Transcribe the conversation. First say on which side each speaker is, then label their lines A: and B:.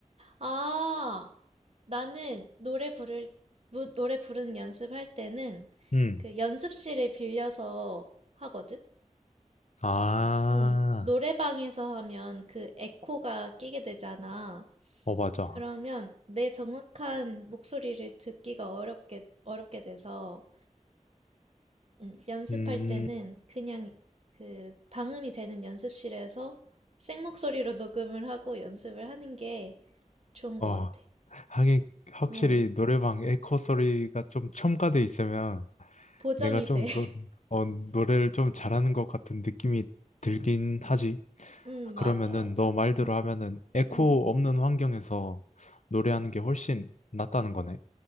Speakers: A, on the right; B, on the left.
A: 아, 나는 노래 부를, 무- 노래 부르는 연습할 때는
B: 음.
A: 그 연습실을 빌려서 하거든?
B: 아,
A: 응. 노래방에서 하면 그 에코가 끼게 되잖아.
B: 어, 맞아.
A: 그러면 내 정확한 목소리를 듣기가 어렵게, 어렵게 돼서, 음, 연습할
B: 음,
A: 때는 그냥 그 방음이 되는 연습실에서 생목소리로 녹음을 하고 연습을 하는 게 좋은 것
B: 어,
A: 같아.
B: 하긴, 확실히
A: 응,
B: 노래방 에코 소리가 좀 첨가돼 있으면
A: 보정이
B: 내가 좀
A: 돼.
B: 노, 어, 노래를 좀 잘하는 것 같은 느낌이 들긴 하지.
A: 음, 맞아,
B: 그러면은
A: 맞아.
B: 너 말대로
A: 음,
B: 하면은 에코
A: 음,
B: 없는 환경에서 노래하는 게 훨씬 낫다는 거네.